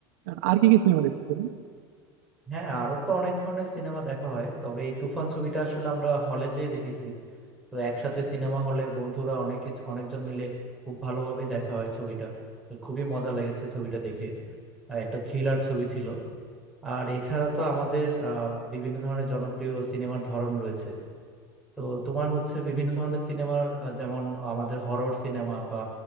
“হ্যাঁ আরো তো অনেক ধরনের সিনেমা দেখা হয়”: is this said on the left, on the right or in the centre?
Centre